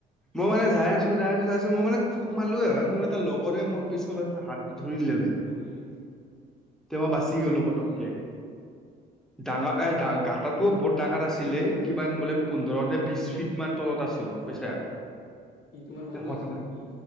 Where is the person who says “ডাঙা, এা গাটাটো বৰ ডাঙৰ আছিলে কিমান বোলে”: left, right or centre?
Centre